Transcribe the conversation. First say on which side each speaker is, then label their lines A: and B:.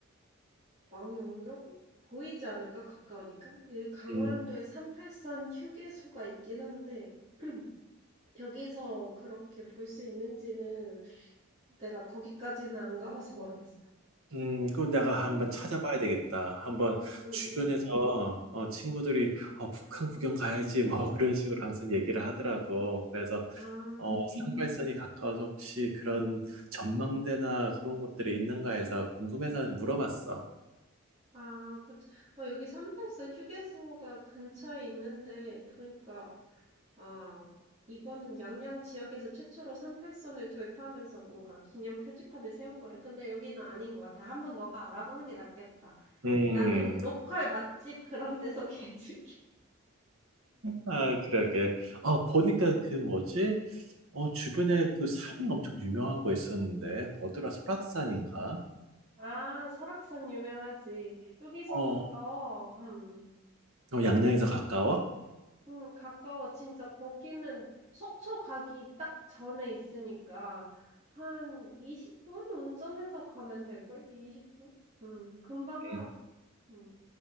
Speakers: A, on the right (about 30°); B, on the right (about 85°).
A: 망원경? 보이지 않을까? 가까우니까? 이 강원도에
B: 음,
A: 38선 휴게소가 있긴 한데, <clears throat> 여기서 그렇게 볼 수 있는지는 내가 거기까지는 안 가봐서 모르겠어.
B: 음, 그럼 내가 한번
A: 응,
B: 찾아봐야 되겠다. 한번
A: 응.
B: 주변에서 어, 친구들이 어, 북한 구경 가야지 뭐 <laughs> 그런 식으로 항상 얘기를 하더라고. 그래서
A: 아,
B: 어, 상발선이 가까워서 혹시 그런 전망대나 그런 곳들이 있는가 해서 궁금해서 물어봤어.
A: 아, 그치. 어, 여기 3팔선 휴게소가 근처에 있는데, 보니까, 아, 이거는 양양 지역에서 최초로 3팔선을 도입하면서 뭔가 기념 표지판을 세운 거래. 근데 여기는 아닌 것 같아. 한번 너가 알아보는 게 낫겠다.
B: 음,
A: 나는 로컬 맛집 그런 데서 <laughs> 개줄게.
B: 아, 그러게. 아 보니까 그 뭐지? 어, 주변에 그 산이 엄청 유명한 거 있었는데, 뭐더라? 설악산인가?
A: 아, 설악산 유명하지. 여기서
B: 어,
A: 가까워.
B: 어,
A: 음.
B: 양양에서 가까워?
A: 응, 가까워. 진짜 거기는 속초 가기 딱 전에 있으니까 한 20분 운전해서 가면 될걸? 20분? 응, 금방
B: 응
A: 가. 응.